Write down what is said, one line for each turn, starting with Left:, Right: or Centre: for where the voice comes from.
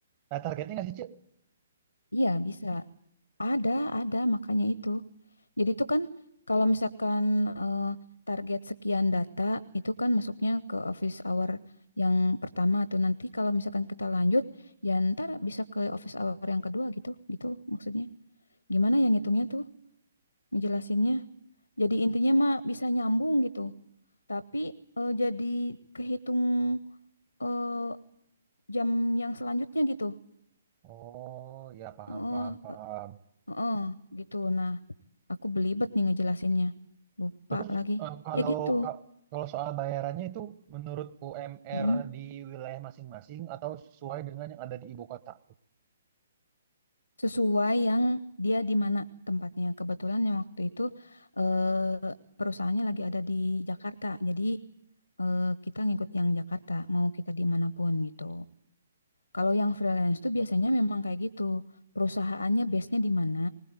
Right: Nah, targetnya nggak sih, Cek?
Left: Iya bisa, ada ada makanya itu. Jadi itu kan kalau misalkan eh, target sekian data itu kan masuknya ke office hour yang pertama tuh nanti kalau misalkan kita lanjut ya ntar bisa ke office hour yang kedua gitu gitu maksudnya gimana yang ngitungnya tuh ngejelasinnya jadi intinya mah bisa nyambung gitu tapi eh, jadi kehitung eh, jam yang selanjutnya gitu.
Right: Oh, ya paham
Left: Heeh,
Right: paham paham.
Left: eh, heeh, gitu. Nah, aku belibet nih ngejelasinnya. Lupa
Right: Terus
Left: lagi.
Right: eh, kalau
Left: Ya gitu.
Right: kalau soal bayarannya itu menurut UMR
Left: Mm-mm.
Right: di wilayah masing-masing atau sesuai dengan yang ada di ibu kota tuh?
Left: Sesuai yang dia di mana tempatnya. Kebetulan yang waktu itu eh, perusahaannya lagi ada di Jakarta. Jadi eh, kita ngikut yang Jakarta, mau kita dimanapun gitu. Kalau yang freelance tuh biasanya memang kayak gitu, perusahaannya base-nya di mana.